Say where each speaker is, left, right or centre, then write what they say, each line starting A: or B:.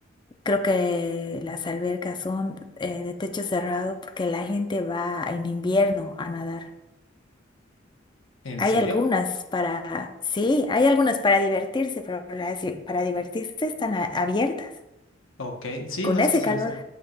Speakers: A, on the left; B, on the left.
A: creo que las albercas son eh, de techo cerrado porque la gente va en invierno a nadar.
B: ¿En
A: Hay
B: serio?
A: algunas para, sí, hay algunas para divertirse, pero las di- para divertirse están a- abiertas
B: Ok, sí,
A: con
B: no es
A: ese
B: que se
A: calor.
B: me hace.